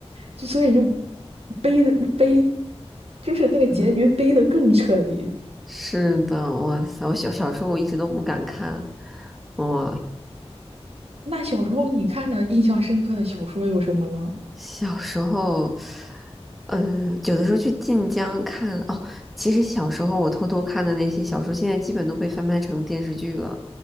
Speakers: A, on the right; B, in the centre.
A: 就所以就悲的悲，就是那个结局悲的更彻底。
B: 嗯，是的，哇塞，我小小时候我一直都不敢看，我。
A: 那小时候你看的印象深刻的小说有什么呢？
B: 小时候，嗯，有的时候去晋江看哦。其实小时候我偷偷看的那些小说，现在基本都被翻拍成电视剧了，